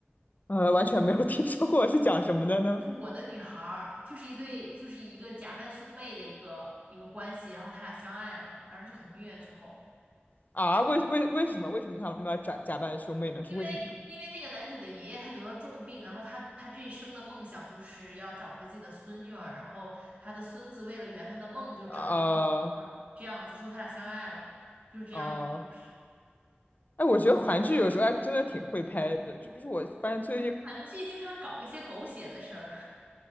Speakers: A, on the left; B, on the right.
A: 呃，完全没有 <laughs> 听说过是讲什么的呢？
B: 就是《我的女孩》，儿》，就是一对，就是一个假扮兄妹的一个一个关系，然后他俩相爱了，反正就很虐，最后。
A: 啊，为为为什么为什么他们要假假扮兄妹呢？是为什么呢？
B: 因为因为那个男主的爷爷他得了重病，然后他他这一生的梦想就是要找回自己的孙女儿，然后他的孙子为了圆他的梦，就找了一个女孩儿，
A: 呃，
B: 这样子，所以他俩相爱了，就是这样子一个故事。
A: 哦、哎，我觉得韩剧有时候还真的挺会拍的，就是我发现最近
B: 韩剧经常搞一些狗血的事儿，